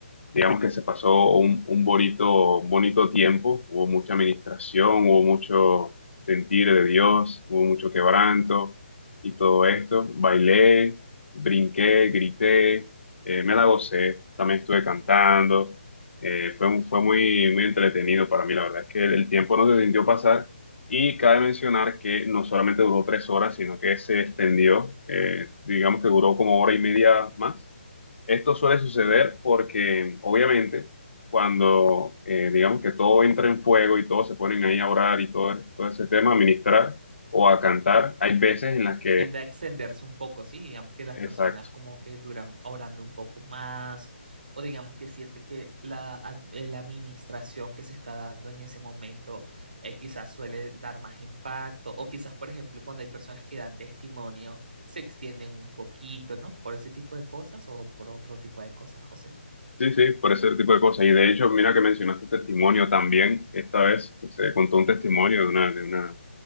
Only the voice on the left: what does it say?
digamos que se pasó un, un bonito, un bonito tiempo, hubo mucha administración, hubo mucho sentir de Dios, hubo mucho quebranto y todo esto. Bailé, brinqué, grité, eh, me la gocé, también estuve cantando. Eh, fue, un- fue muy, muy entretenido para mí, la verdad es que el, el tiempo no se sintió pasar. Y cabe mencionar que no solamente duró tres horas, sino que se extendió, eh, digamos que duró como hora y media más esto suele suceder porque, obviamente, cuando eh, digamos que todo entra en fuego y todos se ponen ahí a orar y todo, todo ese tema, a ministrar o a cantar, hay veces en las que,
exacto,
sí, sí, por ese tipo de cosas. Y de hecho, mira que mencionaste testimonio también, esta vez se contó un testimonio de una, de una